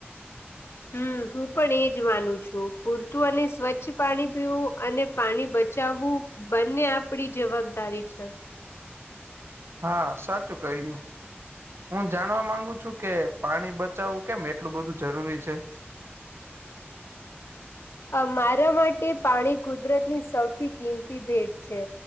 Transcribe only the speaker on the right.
<inaudible> હા, સાચું કહ્યું. હું જાણવા માંગુ છું કે, પાણી બચાવવું કેમ એટલું બધું જરૂરી છે?